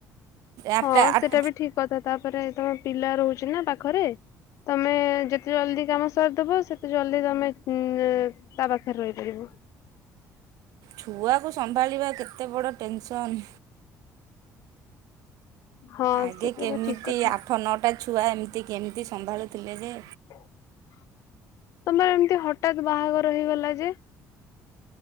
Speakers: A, on the right; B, on the left.
A: ଆଠଟା
B: ହଁ
A: ଆଠ
B: ସେଟା ବି ଠିକ୍ କଥା ତାପରେ ତମ ପିଲା ରହୁଚି ନା ପାଖରେ। ତମେ ଯେତେ ଜଲଦି କାମ ଆନସାର୍ <unintelligible> ଦବ ସେତେ ଜଲଦି ତମେ ଉଁ ତା ପାଖରେ ରହିପାରିବ।
A: ଛୁଆକୁ ସମ୍ଭାଳିବା କେତେ ବଡ ଟେନସନ୍।
B: ହଁ
A: ଆଗେ
B: ସେଟା
A: କେମିତି
B: ତ ଠିକ କଥା
A: ଆଠ ନଅଟା ଛୁଆ ଏମିତି କେମିତି ସମ୍ଭାଳୁଥିଲେ ଯେ।
B: ତମର ଏମତି ହଠାତ୍ ବାହାଘର ହେଇଗଲା ଯେ?